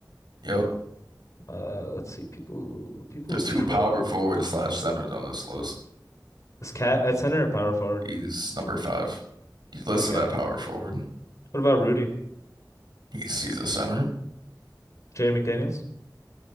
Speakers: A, on the right; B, on the left.
A: Yep.
B: Uh, let's see. People, who- people
A: There's
B: who patrol
A: two power
B: that.
A: forward slash centers on this list.
B: This cat at center or power forward?
A: He's number five. He's listed
B: I got
A: at power
B: you.
A: forward.
B: What about Rudy?
A: He's he's a center.
B: Jaden McDaniels?